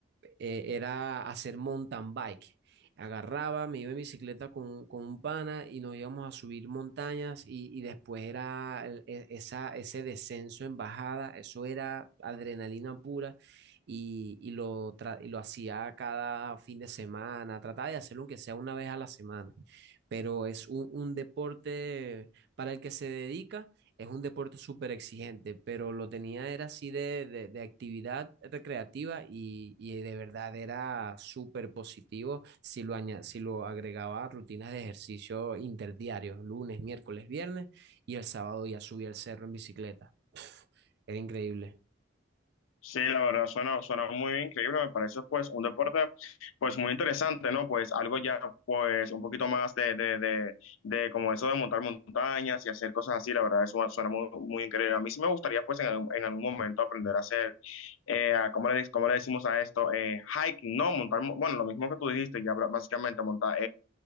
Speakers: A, on the right; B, on the left.
A: eh, era hacer mountain bike. Agarraba, me iba en bicicleta con, con un pana y nos íbamos a subir montañas y, y después era el- e- esa, ese descenso en bajada, eso era adrenalina pura y, y lo, tra- y lo hacía cada fin de semana, trataba de hacerlo aunque sea una vez a la semana, pero es un un deporte para el que se dedica es un deporte súper exigente, pero lo tenía era así de, de- de actividad recreativa y, y de verdad era súper positivo si lo, aña- si lo agregaba a rutinas de ejercicio interdiarios, lunes, miércoles, viernes y el sábado ya subía al cerro en bicicleta. Era increíble.
B: Sí, la verdad suena, suena muy increíble, me parece pues un deporte pues muy interesante, ¿no? Pues algo ya pues un poquito más de, de, de, de como eso de montar montañas y hacer cosas así, la verdad eso suena muy, muy increíble. A mí sí me gustaría pues en, algún- en algún momento aprender a hacer, eh, a- ¿cómo le, cómo le decimos a esto? Eh, hiking, ¿no? Montar, mo- bueno, lo mismo que tú dijiste, ya bra- básicamente montar,